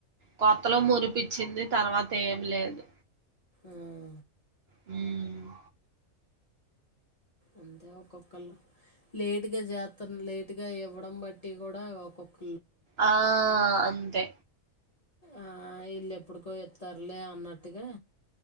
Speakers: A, on the right; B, on the left.
A: కొత్తలో మురిపిచ్చింది తర్వాత ఏం లేదు
B: ఆమ్
A: ఉమ్
B: అంతే ఒక్కొక్కళ్ళు లేటుగా జాత్తం లేటుగా ఇవ్వడం బట్టి కూడా ఒక్కొక్క
A: ఆ అంతే
B: ఆ ఈళ్ళు ఎప్పుడుకో ఇత్తరులే అన్నట్టుగా